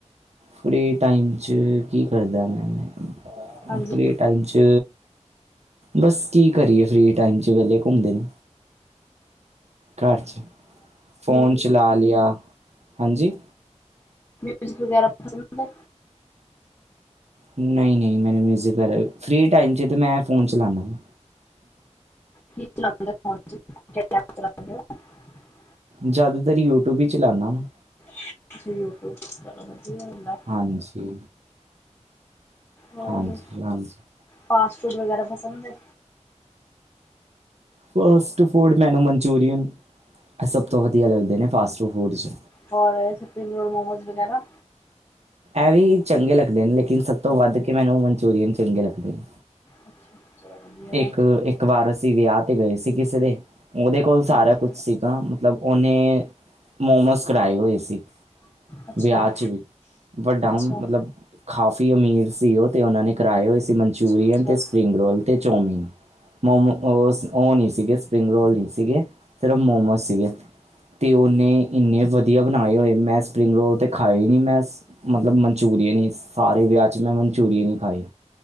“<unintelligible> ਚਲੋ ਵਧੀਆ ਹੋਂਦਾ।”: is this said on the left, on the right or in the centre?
Left